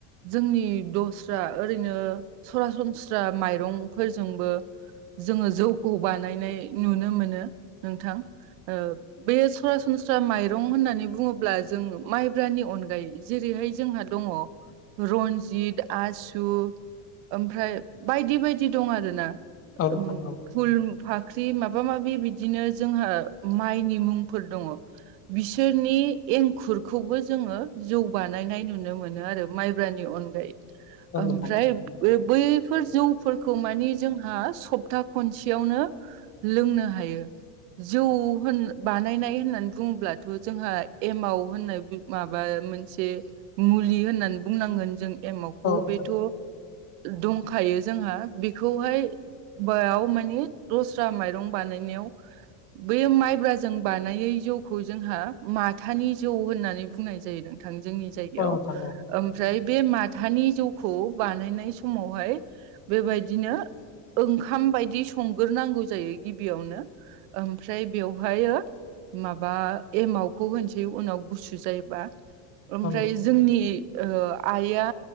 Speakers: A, on the right; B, on the left.
A: जोंनि दस्रा ओरैनो सरासनस्रा माइरंफोरजोंबो जोङो जौखौ बानायनाय नुनो मोनो नोंथां ओ बे सरासनस्रा माइरं होननानै बुङोब्ला जोङो माइब्रानि अनगायै जेरैहाय जोंहा दङ रन्जित आसु ओमफ्राय बायदि बायदि दं आरोना
B: औ नोंथां
A: उम
B: औ
A: फुल फाख्रि माबा माबि बिदिनो जोंहा माइनि मुं फोर दंङ बिसोरनि एंखुरखौबो जोङो जौ बानायनाय नुनो मोनो आरो माइब्रानि अनगायै
B: औ
A: ओमफ्राय
B: नोंथां
A: बे बैफोर जौफोरखौ मानि जोंहा सप्ता खनसेयावनो लोंनो हायो जौ होन बानायनाय <unintelligible> होननानै बुङोब्लाथ' जोंहा एमाव होननाय माबा मोनसे मुलि होननानै बुंनांगोन जों एमावखौ
B: औ नोंथां
A: बेथ' दंखायो जोंहा बेखौहाय बयाव मानि दस्रा माइरं बानायनायाव बेैयाव माइब्राजों बानायै जौखौ जोंहा माथानि जौ होननानै बुंनाय जायो नोंथां जोंनि जायगायाव
B: औ नोंथां
A: ओमफ्राय बे माथानि जौखौ बानायनाय समावहाय बेबायदिनो ओंखाम बायदि संगोरनांगौ जायो गिबियावनो ओमफ्राय बेवहायो माबा एमावखौ होनसै उनाव गुसु जायोबा ओमफ्राय
B: औ
A: जोंनि ओ आइआ